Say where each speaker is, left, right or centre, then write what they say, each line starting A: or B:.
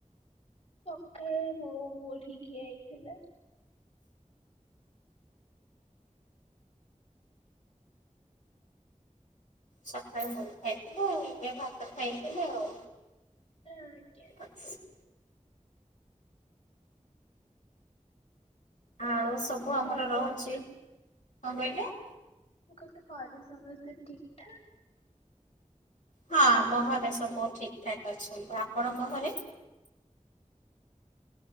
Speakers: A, on the left; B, on the left.
A: ସଖାଳେ ମୋ ମୁଢି ଖିଆ ହେଇଥିଲା।
B: ସକାଳେ ମୁଢ଼ି ଖାଇଥିଲେ ଏବେ ଭାତ ଖାଇଦେଲେ ଆଉ।
A: ହଁ ଆଜ୍ଞା।
B: <inaudible> ଆଉ ସବୁ ଆମର
A: ଘରେ
B: ରହୁଚି କଂ କହିଲେ?
A: ମୁଁ କଲି ଘରେ ସମସ୍ତେ ଠିକ୍ ଠାକ୍
B: ହଁ ଆମ ଘରେ ସବୁ ଠିକଠାକ୍ ଅଛନ୍ତି ଆପଣଙ୍କ ଘରେ?